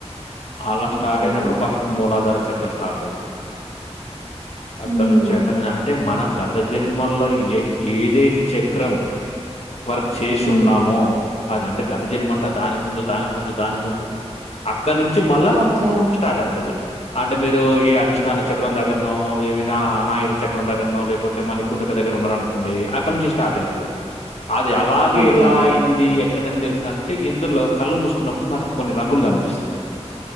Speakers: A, on the left (about 65°); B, on the right (about 80°).
A: అలా స్టాటైనప్పుడు
B: ఓకే
A: పస్ట్ మూలాద్ దరచక్ర స్టాటైతది అక్కడ్నుంచి
B: మ్మ్
A: అక్కడ్నుంచి అంటె మనగ్ గత జన్మల్ల ఎయ్ ఏదైతె చక్రం వర్క్ చేషున్నామొ
B: మ్మ్
A: అది అంటె గతజన్మంటె దానిక్ ముందు దానిక్ ముందు దానిక్ ముందు అక్ క్కన్నుంచి మళ్ళ
B: ఓకే
A: స్టాటైతది అంటె మీరూ ఏ అధిష్టాన చక్రం ద గ్గర్నో వెవినా అనాయక చక్రం దగ్గర్నో లేకుంటె మణిపూర్ణిక దగ్గరున్నరన్కోండి అక్కడ్నుంచి స్టాటైతది. అది అలాగే
B: ఓకే
A: ఎలా అయింది ఎక్కనేన్ దెర్సంటె ఇందులొ కళ్ళు మూస్కున్నప్పుడు మనక్ కొన్ని రంగులు గన్పిస్తాయ్